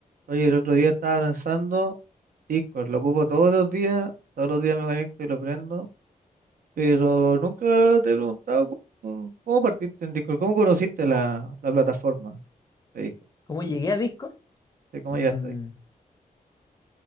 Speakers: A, on the right; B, on the left.
A: Oye, el otro día estaba pensando, Discord, lo ocupo todos los días, todos los días me conecto y lo prendo, pero nunca te he preguntado cu- cómo, cómo partiste en Discord, cómo conociste la, la plataforma de Discord,
B: ¿Cómo llegué a Discord?
A: Sí, cómo
B: Mm,
A: llegaste ahí.